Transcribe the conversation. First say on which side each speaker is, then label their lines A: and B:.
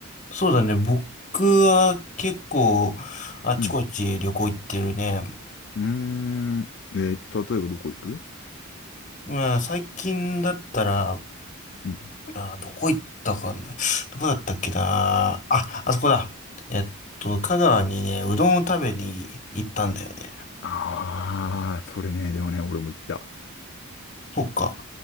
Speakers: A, on the left; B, on the left.
A: そうだね。僕は結構あちこち旅行行ってるね。
B: うん。うーん。えー、例えばどこ行く
A: まあ最近だったら、
B: うん。
A: あ、どこ行ったかな。どこだったっけな。あ、あそこだ。えっと、香川にね、うどんを食べに行ったんだよね。
B: ああ、それね、でもね、俺も行った。
A: そっか。